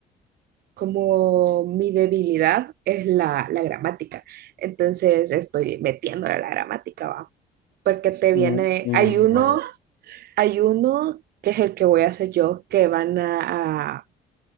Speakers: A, on the right; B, on the left.
A: como mi debilidad es la, la gramática. Entonces estoy metiéndole a la gramática, va. Porque te viene,
B: Mm, mm,
A: hay uno,
B: ya veo.
A: hay uno que es el que voy a hacer yo, que van a,